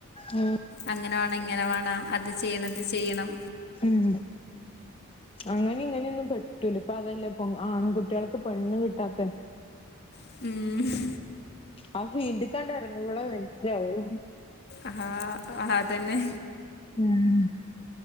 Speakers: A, on the left; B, on the left.
A: ഉം
B: അങ്ങനെ വാണം ഇങ്ങനെ വാണം അത് ചെയ്യണം ഇത് ചെയ്യണം
A: ഉം അങ്ങനെ ഇങ്ങനെയൊന്നും കെട്ടൂല ഇപ്പൊ അതല്ലേ ആൺകുട്ട്യാക്ക് പെണ്ണ് കിട്ടാത്തെ
B: ഉം
A: ആ ഫീൽഡ്കാണ്ട് എറങ്ങുമ്പളെ മൻസ്സിലാവൊള്ളൂ
B: ആ ആതന്നെ
A: ഉം